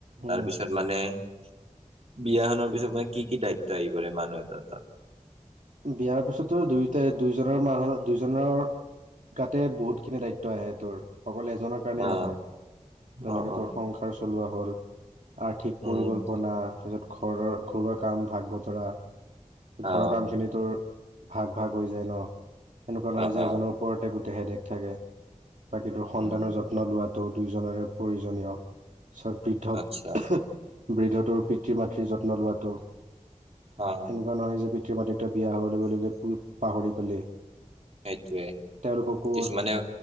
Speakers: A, on the right (about 75°); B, on the right (about 55°).
A: উম
B: তাৰ পিছত মানে বিয়াখনৰ পিছত মানে কি কি দায়িত্ব আহি পৰে মানুহেটা অ তাত
A: বিয়াৰ পিছতো দুয়ইোটাই দুইজনৰ মানুহ দুইজনৰ তাতে বহুত খিনি দায়িত্ব আহে তোৰ অকল এজনৰ কাৰণেই
B: অ',
A: নহয় যেনেকৈ
B: অ',
A: তোৰ
B: অ',
A: সংসাৰ চলোৱা হ'ল আৰ্থিক
B: উম,
A: পৰিকল্পনা তাৰপিছত ঘৰৰ ঘৰুৱা কাম ভাগ বতৰা
B: অ',
A: ঘৰৰ কামখিনিতো ভাগ ভাগ হৈ যায় ন এনেকুৱা নহয়
B: অ',
A: যে
B: অ',
A: এজনৰ ওপৰতে গো দেহেদখ থাকে বাকী তৰ
B: উম,
A: সন্তানৰ যত্ন লোৱাটো দুয়োজৰে প্ৰয়োজনীয় পিছত
B: আচ্ছা
A: বৃদ্ধ বৃদ্ধটোৰ পিতৃ মাতৃৰ যত্ন লোৱাটো
B: অ'।
A: এনেকুৱা নহয় যে পিতৃ মাতৃকা বিয়া হলৈ পাহৰি গ'লে তেওঁটউেল
B: সেইটোয়ে
A: কুকুৰ
B: কিছুমানে